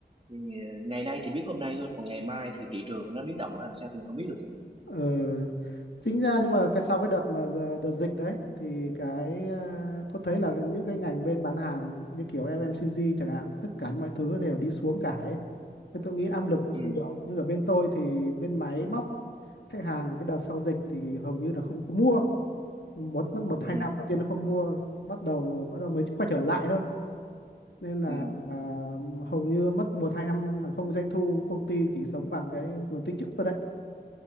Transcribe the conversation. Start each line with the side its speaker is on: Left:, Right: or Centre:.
Right: Ừ, ngày nay thì biết hôm nay thôi còn ngày mai thì thị trường nó biến động nó làm sao thì mình không biết được
Left: ờ, chính ra
Right: Ừ.
Left: nhưng mà cái sau cái đợt mà giờ- đợt dịch đấy thì cái ờ, tôi thấy là những cái ngành bên bán hàng như kiểu FMCG chẳng hạn tất cả mọi thứ đều đi xuống cả ấy nên tôi nghĩ áp lực nó
Right: ừ
Left: cũng nhiều nhưng ở bên tôi thì bên máy móc khách hàng cái đợt sau dịch thì hầu như là không có mua một mất một
Right: ừ
Left: hai năm đầu tiên nó không mua bắt đầu bắt đầu mới quay trở lại thôi nên là
Right: ừ
Left: à, hầu như mất một hai năm mà không có doanh thu công ty chỉ sống bằng cái nguồn tích trữ thôi đấy